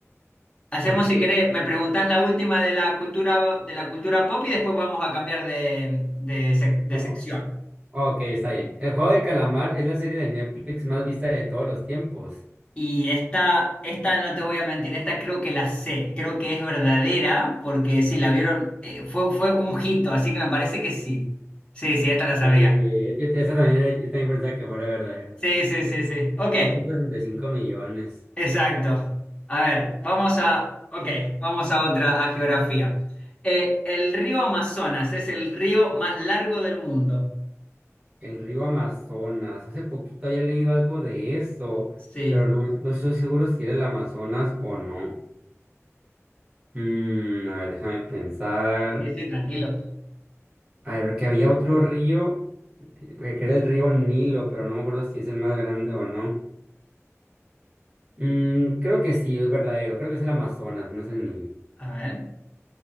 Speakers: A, on the left; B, on the right.
A: Hacemos,
B: Ok,
A: si querés, me preguntás la última de la cultura, de la cultura pop y después vamos a cambiar de, de sec- de
B: ¿cómo?
A: sección.
B: Ok, está bien. El juego de calamar es la serie de Netflix más vista de todos los tiempos.
A: Y esta, esta no te voy a mentir, esta creo que la sé, creo que es verdadera, porque sí, la vieron, eh, fue, fue un hito, así que me parece que sí. Sí, sí, esta la sabía.
B: Sí, sí, yo- esa también, yo también pensaba que fuera verdadera.
A: Sí, sí, sí, sí. Ok,
B: Uno punto sesenta y cinco millones.
A: Exacto. A ver, vamos a, ok, vamos a otra, a geografía. Eh, el río Amazonas es el río más largo del mundo.
B: El río Amazonas. Hace poquito había leído algo de eso,
A: Sí,
B: pero no, no estoy seguro si era el Amazonas o no. Mm, a ver, déjame pensar.
A: sí, sí, tranquilo.
B: A ver, que había otro río, que que era el río Nilo, pero no me acuerdo si es el más grande o no. Mm, creo que sí, es verdadero. Creo que es el Amazonas, no es el Nilo.
A: A ver.